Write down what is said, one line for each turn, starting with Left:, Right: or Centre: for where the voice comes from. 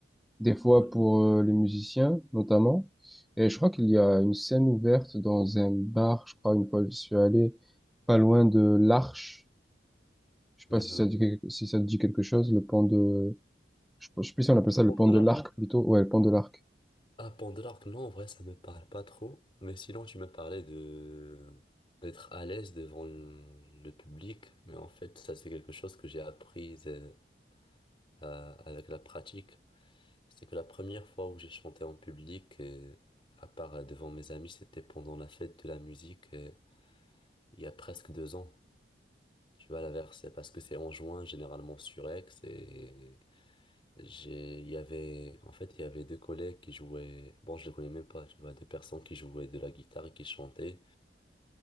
Centre: des fois
Left: Ouais,
Centre: pour euh, les musiciens notamment, et je crois qu'il y a une scène ouverte dans un bar, je crois une fois je suis allé pas loin de l'Arche. Je sais pas
Left: d'accord.
Centre: si ça dit, quelque- si ça te dit quelque chose, le pont de, Je je sais plus si on appelle ça le
Left: Pour
Centre: pont
Left: de
Centre: de
Left: l'argent.
Centre: l'arc plutôt. Ouais, le pont de l'arc.
Left: Ah, Pandore, non, en vrai, ça me parle pas trop. Mais sinon, tu me parlais de d'être à l'aise devant le public. Mais en fait, ça, c'est quelque chose que j'ai appris euh, à- avec la pratique. C'est que la première fois où j'ai chanté en public, euh, à part euh, devant mes amis, c'était pendant la fête de la musique, euh, il y a presque deux ans. Tu vois, la verse, parce que c'est en juin, généralement sur Aix, et J'ai, il y avait, en fait, il y avait deux collègues qui jouaient, bon, je les connais même pas, tu vois, deux personnes qui jouaient de la guitare et qui chantaient.